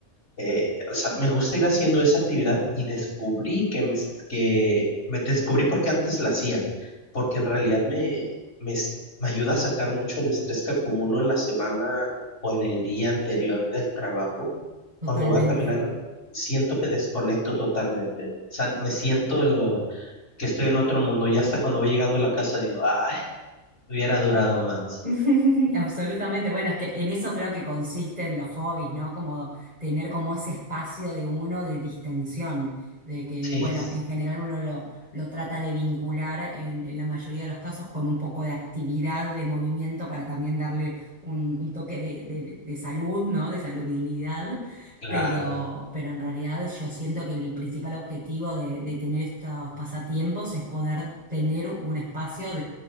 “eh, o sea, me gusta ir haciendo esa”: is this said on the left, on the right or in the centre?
Left